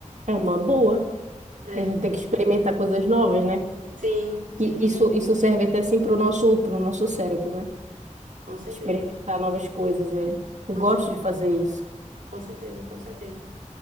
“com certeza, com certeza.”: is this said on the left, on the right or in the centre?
Right